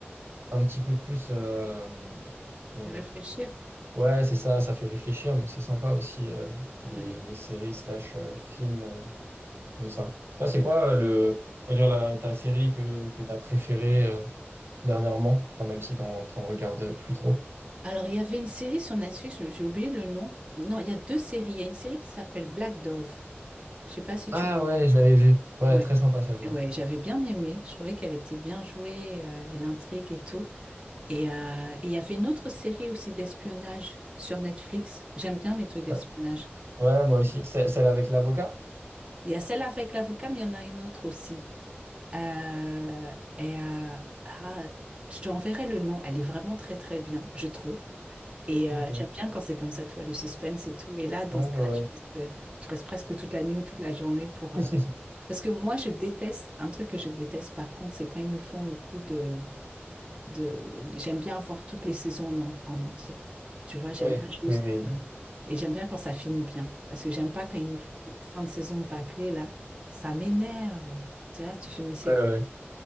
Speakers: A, on the right; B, on the right.
A: un petit peu plus, euh, comment
B: Réfléchir.
A: dire? Ouais, c'est ça, ça fait réfléchir, donc c'est sympa aussi, euh,
B: Ouais.
A: les, les séries slash euh, films. euh, comme ça. Toi, c'est quoi euh, le, on va dire la, ta série que, que t'as préférée euh, dernièrement? Enfin, même si t'en, t'en regardes plus trop.
B: Alors, il y avait une série sur Netflix, je- j'ai oublié le nom. Non, il y a deux séries. Il y a une série qui s'appelle Black Dove. Je sais pas si
A: Ah
B: tu l'as.
A: ouais, je l'avais vue. Ouais,
B: Ouais.
A: très sympa celle-là.
B: Ouais, j'avais bien aimé. Je trouvais qu'elle était bien jouée, euh, et l'intrigue et tout. Et euh, et il y avait une autre série aussi d'espionnage sur Netflix. J'aime bien les trucs d'espionnage.
A: Ouais, Ouais, moi aussi. C'est- Celle avec l'avocat?
B: Il y a celle avec l'avocat, mais il y en a une autre aussi. Euh, et euh, ah, je te enverrai le nom. Elle est vraiment très très bien, je trouve. Et
A: Ok.
B: euh, j'aime bien quand c'est comme ça, tu vois, le suspense et tout. Et là, dans
A: Ouais,
B: ce
A: ouais.
B: cas-là,
A: ouais.
B: je reste, euh, je reste presque toute la nuit ou toute la journée pour...
A: <laughs>
B: euh, Parce que moi, je déteste, un truc que je déteste par contre, c'est quand ils nous font le coup de... de... de- J'aime bien voir toutes les saisons en, en- en entier. Tu vois, j'aime
A: Oui,
B: pas juste...
A: oui, oui.
B: euh, Et j'aime bien quand ça finit bien. Parce que j'aime pas quand ils nous font les fins de saison bâclées, là. Ça m'énerve. Tu vois, tu fais, mais c'est...
A: Ouais, ouais.